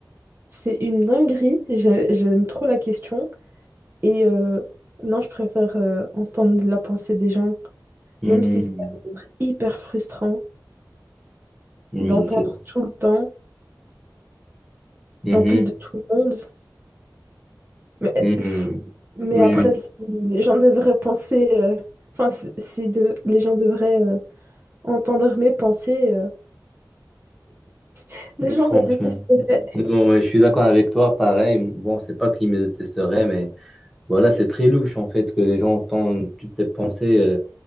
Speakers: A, on the right; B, in the centre.
A: C'est une dinguerie, j'ai- j'aime trop la question. Et euh, non, je préfère euh, entendre la pensée des gens,
B: Hmm,
A: même si ça va être hyper frustrant.
B: Oui,
A: d'entendre
B: c'est.
A: tout le temps,
B: Mhm,
A: et en plus de tout le monde. Mais,
B: mhm.
A: <laughs> pff, mais
B: Oui,
A: après, si les gens devraient penser, euh, enfin, si, si de- les gens devraient euh, entendre mes pensées, euh, <laughs> les
B: oui,
A: gens
B: franchement.
A: me détesteraient.
B: Bon, ouais, je suis d'accord avec toi, pareil. Bon, c'est pas qu'il me détesterait, mais voilà, c'est très louche en fait que les gens entendent toutes tes pensées. euh,